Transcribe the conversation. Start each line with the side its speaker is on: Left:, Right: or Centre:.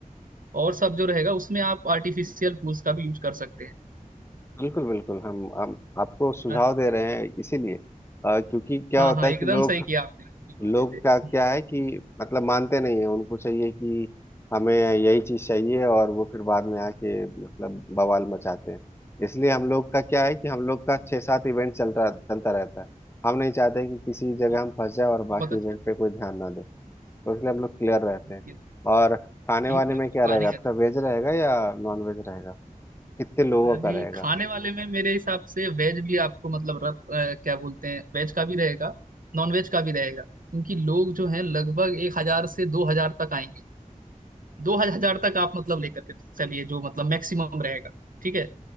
Right: और सब जो रहेगा उसमें आप आर्टिफिशियल फूल्स का भी यूज कर सकते हैं
Left: बिल्कुल बिल्कुल हम हम आपको सुझाव
Right: हाँ जी
Left: दे रहे हैं इसीलिए अ, क्योंकि क्या
Right: हाँ
Left: होता
Right: हाँ
Left: है
Right: एकदम
Left: कि लोग
Right: सही किया आपने इसी बहाने
Left: लोग
Right: से हम्म,
Left: का क्या है कि मतलब मानते नहीं है उनको चाहिए कि हमें यही चीज चाहिए और वो फिर बाद में आके मतलब बवाल मचाते हैं इसलिए हम लोग का क्या है कि हम लोग का छः सात इवेंट चलता चलता रहता है हम नहीं चाहते कि किसी जगह
Right: हाँ,
Left: हम फंस जाए और
Right: बहुत
Left: बाकी
Right: अच्छा
Left: इवेंट पे कोई ध्यान ना दे तो इसलिए हम लोग क्लियर रहते हैं
Right: है।
Left: और खाने
Right: ठीक
Left: वाने
Right: है
Left: में
Right: आपका
Left: क्या
Right: प्लानिंग
Left: रहेगा आपका वेज रहेगा या नॉन वेज रहेगा कितने लोगों का
Right: जी
Left: रहेगा
Right: खाने वाले में मेरे हिसाब से वेज भी आपको मतलब रख अ, क्या बोलते हैं वेज का भी रहेगा नॉन वेज का भी रहेगा क्योंकि लोग जो हैं लगभग एक हजार से दो हजार तक आएंगे दो हजार तक आप मतलब लेकर के चलिए जो मतलब मैक्सिमम रहेगा ठीक है